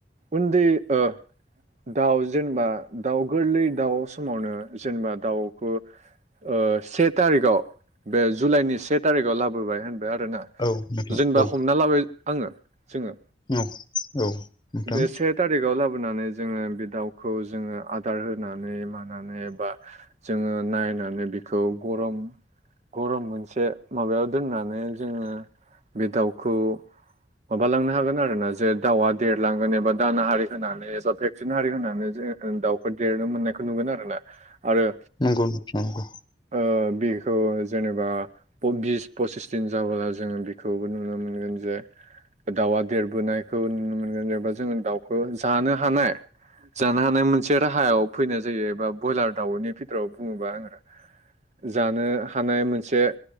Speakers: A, on the right; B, on the left.
A: उन्दै ओ दाउ जेनेबा दाउ गोरलै दाउ समावनो जेनेबा दाउखौ ओ से थारिखआव बे जुलाइनि से थारिखआव लाबोबाय होनबाय आरोना
B: औ नोंथां
A: जेनेबा
B: औ
A: हमना लाबाय आङो जोङो
B: औ औ नोंथां
A: बे से थारिखाव लाबोनानै जोङो बे दाउखौ जोङो आदार होनानै मानानै बा जोङो नायनानै बिखौ गरम गरम मोनसे माबायाव दोननानै जोङो बे दाउखौ माबालांनो हागोन आरोना जे दाउआ देरलांगोन एबा दाना हारि होनानै एबा भेक्टन हारि होनानै जों दाउ देरनो मोननायखौ नुगोन आरो ना आरो
B: नंगौ नंगौ
A: ओ बेखौ जेनेबा बिस फसिस दिन जाबोला जोङो बेखौबो नुनो मोनगोन जे दाउआ देरबोनायखौ नुनो मोनगोन जेनेबा जोङो दाउखौ जानो हानाय जानो हानाय मोनसे राहायाव फैनाय जायो एबा ब्रयलार दाउनि बिथोराव बुङोबा आङो जानो हानाय मोनसे